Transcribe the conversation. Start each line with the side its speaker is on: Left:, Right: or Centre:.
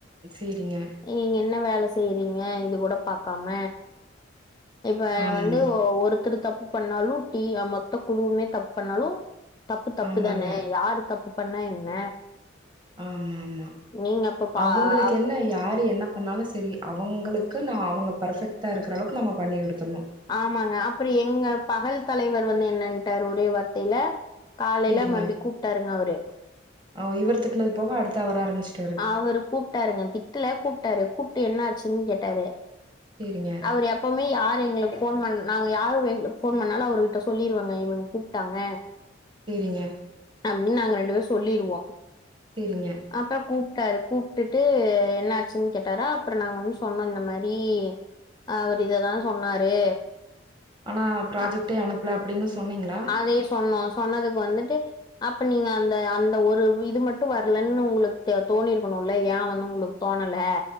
Right: சேரிங்க
Left: நீங்க இங்க என்ன வேல செய்றீங்க இது கூட பாக்காம இப்ப
Right: ஆமா
Left: வந்து ஒருத்தரு தப்பு பண்ணாலும் டீ மொத்த குழுவுமே தப்பு பண்ணாலும் தப்பு தப்பு
Right: ஆமாங்க
Left: தானே யாரு தப்பு பண்ணா என்ன
Right: ம் ம் ம்
Left: நீங்க அப்ப பா
Right: அவங்களுக்கு
Left: அப்
Right: என்ன யாரு என்ன பண்ணாலும் சேரி அவங்களுக்கு நா அவங்க பர்ஃபெக்ட்டா இருக்கிற அளவுக்கு நம்ம பண்ணி குடுத்துரணும்
Left: ஆமாங்க அப்டி எங்க பகல் தலைவர் வந்து என்னன்ட்டாரு ஒரே வார்த்தைல காலைல
Right: சேரிங்க
Left: மறுபடியும் கூப்ட்டாருங்க அவரு
Right: அ இவர் திட்னது போக அடுத்து அவர் ஆரம்பிச்சுட்டாரு
Left: அவரு கூப்ட்டாருங்க திட்டல கூப்ட்டாரு கூப்ட்டு என்ன ஆச்சுன்னு கேட்டாரு
Right: சேரிங்க
Left: அவரு எப்பவுமே யாரு எங்கள ஃபோன் பண் நாங்க யாரு எங்களுக்கு ஃபோன் பண்ணாலும் அவர்கிட்ட சொல்லிருவங்க இவங்க கூப்ட்டாங்க
Right: சேரிங்க
Left: அப்டின்னு நாங்க ரெண்டு பேரும் சொல்லிருவோம்
Right: சேரிங்க
Left: அப்பரம் கூப்ட்டாரு கூப்ட்டுட்டு என்ன ஆச்சுன்னு கேட்டாரா அப்பறம் நா வந்து சொன்ன இந்த மாரி அவரு இததான் சொன்னாரு
Right: ஆனா ப்ராஜெக்டே
Left: அ
Right: அனுப்பல அப்டின்னு சொன்னீங்களா
Left: அதே சொன்னோம் சொன்னதுக்கு வந்துட்டு அப்ப நீங்க அந்த அந்த ஒரு இது மட்டும் வரலன்னு உங்களுக்கு தோணி இருக்கணும்ல ஏன் வந்து உங்களுக்கு தோணல